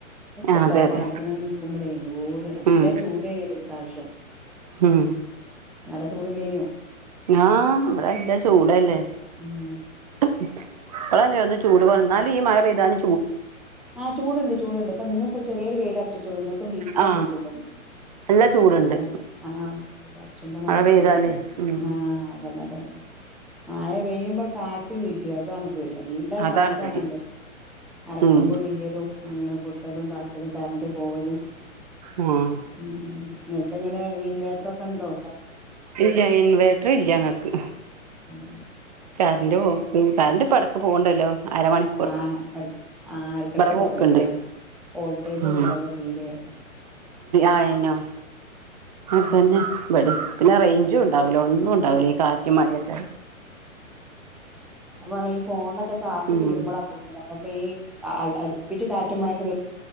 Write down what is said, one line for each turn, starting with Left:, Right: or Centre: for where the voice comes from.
Centre: വക്കത്താ
Right: ആ അതെ അതെ
Centre: പാലാത്തിമ്മൽ നിക്കുമ്പളേ എന്തൊരു നല്ല
Right: ഉം
Centre: ചൂടേനിയോല്ലേ പ്രാവശ്യം
Right: ഉം
Centre: നല്ല ചൂടില്ലെനിയോ
Right: ആ ഇവിടെ നല്ല ചൂടല്ലേ
Centre: ഉം
Right: ഇ <inaudible> ഇപ്പോള ഒന്ന് ചൂട് കുറഞ്ഞാ എന്നാലും ഈ മഴ പെയ്‌താല്
Centre: ആഹ് ചൂടുണ്ട് ചൂടുണ്ട് ഇപ്പൊ ഇന്നു ഇപ്പ ചെറിയൊരു വെയില തുടന്നിട്ടും പിന്ന
Right: ആ
Centre: ഉണ്ടേര്ന്ന്
Right: നല്ല ചൂടുണ്ട്
Centre: അതാ വെയിലറച്ചുമ്പോ നല്ല
Right: മഴ പെയ്താലേ
Centre: ചൂടായി
Right: ഉം
Centre: ആ അതല്ല മയ പെയ്യുമ്പോ കാറ്റ് ഇടിം അതാണ് ടിം നല്ല
Right: അതാണ്
Centre: കാറ്റാണല്ലോ
Right: പേടി
Centre: മരക്കൊമ്പ്
Right: ഉം
Centre: വീയലും അങ്ങനെ പൊട്ടലും താക്കലും കരണ്ട് പോവലും
Right: ആ
Centre: ഉം നിങ്ങക്കെങ്ങനെ ഇൻവേറ്റർ ഒക്കെണ്ടോ
Right: ഇല്ല ഇൻവേർട്ടർ ഇല്ല ഞങ്ങക്ക്
Centre: അതാ
Right: കറന്റ് പോക്ക് കറണ്ട് എടക്ക് പോവുണ്ടല്ലോ അരമണി
Centre: ആ ആ എടക്കടക്ക്
Right: പോക്ക്ണ്ട്
Centre: പോവേണ്ട് വോൾട്ടേജും
Right: ഉം
Centre: ഉണ്ടാവൂല തീരെ
Right: ആയെന്നെ അതന്നെ
Centre: അതെ
Right: പിന്നെ റേഞ്ചും ഉണ്ടാവൂലാ ഒന്നും ണ്ടാവൂലെ ഈ കാറ്റും മഴയൊക്കെ
Centre: അപനേ ഫോണൊക്കെ ചാർജ്
Right: ഉം
Centre: തീരുമ്പളാ കുത്തണ അപ്പൊ ഈ അടുപ്പിച്ച് കാറ്റുമഴയൊക്കെ